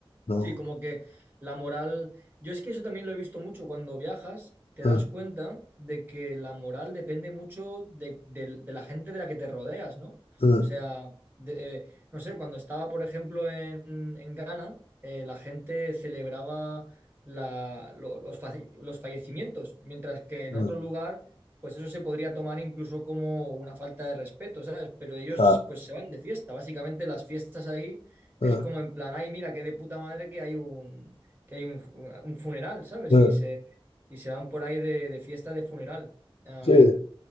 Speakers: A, on the left; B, on the right.
A: No.
B: Sí, como que la moral, yo es que eso también lo he visto mucho cuando viajas, te
A: Eh,
B: das cuenta de que la moral depende mucho de, de- de la gente de la que te rodeas, ¿no? O
A: eh,
B: sea, de- eh, no sé, cuando estaba, por ejemplo, en, en Ghana, eh, la gente celebraba la- lo- los, fa- los fallecimientos, mientras que en
A: eh,
B: otro lugar, pues eso se podría tomar incluso como una falta de respeto, ¿sabes? Pero ellos
A: claro,
B: pues se van de fiesta, básicamente las fiestas ahí es
A: eh,
B: como en plan, ay, mira, qué de puta madre que hay un, que hay un, un funeral, ¿sabes?
A: eh,
B: Y se, y se van por ahí de, de fiesta de funeral. Am,
A: sí.